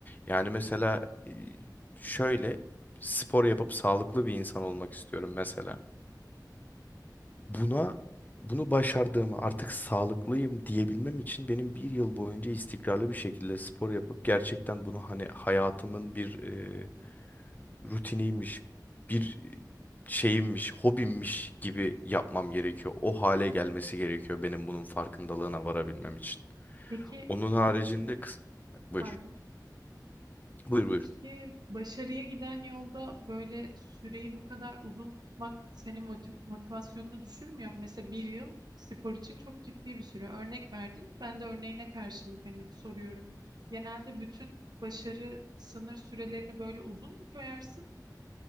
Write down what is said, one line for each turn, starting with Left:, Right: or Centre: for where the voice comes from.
Left: Yani mesela eee, şöyle spor yapıp sağlıklı bir insan olmak istiyorum mesela. Buna bunu başardığımı artık sağlıklıyım diyebilmem için benim bir yıl boyunca istikrarlı bir şekilde spor yapıp gerçekten bunu hani hayatımın bir e, rutiniymiş, bir e, şeyimmiş, hobimmiş gibi yapmam gerekiyor. O hale gelmesi gerekiyor benim bunun farkındalığına varabilmem için.
Right: Peki,
Left: Onun haricinde kıs- buyur.
Right: pardon.
Left: Buyur
Right: Peki
Left: buyur.
Right: başarıya giden yolda böyle süreyi bu kadar uzun tutmak senin moti- motivasyonunu düşürmüyor mu? Mesela bir yıl spor için çok ciddi bir süre. Örnek verdin. Ben de örneğine karşılık hani soruyorum. Genelde bütün başarı sınır sürelerini böyle uzun mu koyarsın?